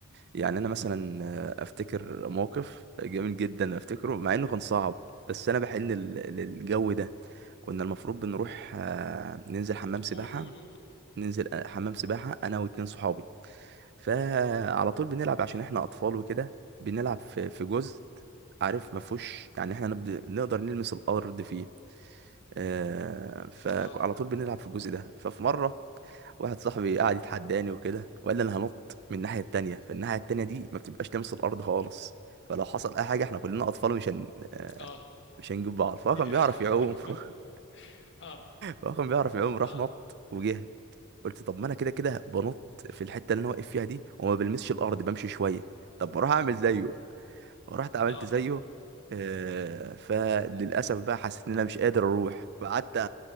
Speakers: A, on the right (about 50°); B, on the left (about 55°).
A: يعني انا مثلا آه، افتكر موقف جميل جدا افتكره مع انه كان صعب بس انا بحن لل- للجو ده كنا المفروض بنروح
B: مم.
A: آه، ننزل حمام سباحه
B: قول قول قول
A: ننزل حمام سباحة أنا واتنين صحابي فعلى طول بنلعب عشان
B: مم.
A: إحنا أطفال وكده بنلعب في في جزء عارف ما فيهوش يعني إحنا نبد... نقدر نلمس الأرض فيه آه فعلى
B: آه
A: طول بنلعب في الجزء ده ففي مرة واحد صاحبي قعد يتحداني وكده وقال لي أنا هنط من الناحية التانية فالناحية التانية دي ما بتبقاش لامس الأرض خالص فلو حصل أي حاجة إحنا كلنا أطفال مش هن... آه،
B: آه
A: مش هنجيب بعض فهو
B: <laughs>
A: كان بيعرف يعوم <laughs>
B: آه
A: فهو كان بيعرف يعوم راح
B: آه
A: نط وجه قلت طب ما انا كده كده بنط في الحته اللي انا واقف فيها دي وما بلمسش الارض بمشي شويه طب ما اروح اعمل زيه فرحت عملت
B: آه
A: زيه آه، فللاسف بقى حسيت ان انا مش قادر اروح فقعدت أ- أ-